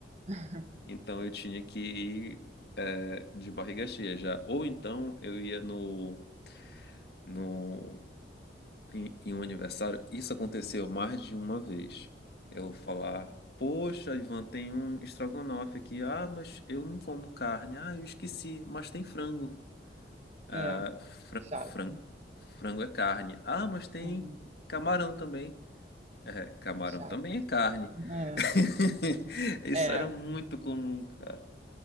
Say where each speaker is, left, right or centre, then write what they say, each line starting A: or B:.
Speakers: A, on the right; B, on the left.
A: <laughs>
B: Então eu tinha que ir eh, de barriga cheia já. Ou então eu ia no, no em, em um aniversário, isso aconteceu mais de uma vez. Eu falar, poxa, Ivan, tem um estrogonofe aqui. Ah, mas eu não como carne. Ah, eu esqueci, mas tem frango. Ah,
A: É,
B: fran-
A: chato.
B: fran- frango é carne. Ah, mas tem
A: Hum,
B: camarão também. É, camarão
A: chato.
B: também é carne.
A: É,
B: <laughs> Isso
A: é,
B: era muito comum, cara.